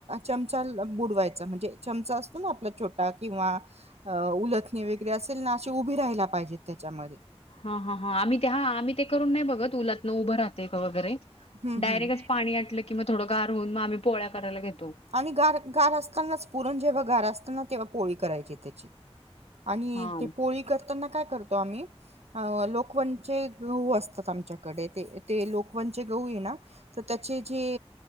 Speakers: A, on the right; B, on the left.
A: चचा बुडवायचा म्हणजे चमचा असतो ना आपला छोटा किंवा अ उलथणी वगैरे असेल ना अशी उभी राहायला पाहिजेत त्याच्यामध्ये.
B: ह, हा, हा आम्ही ते हा आम्ही ते करून नाही बघत उलात न उभं राहते का वगैरे.
A: हम्म
B: डायरेक्टच
A: हम्म
B: पाणीटलं किं थोडं गारहन मगम्ही पोळ्यारायला घेतो.
A: आणि गार गार असतानाच पुरण जेव्हा गार असताना तेव्हा पोळी करायची त्याची. आणि
B: हा
A: ते पोळी करताना काय करतो आम्ही अ लोकवणचे. गऊ असतात आमच्याकडे ते. ते लोकवनचे गऊ आहे ना तर त्याचे जे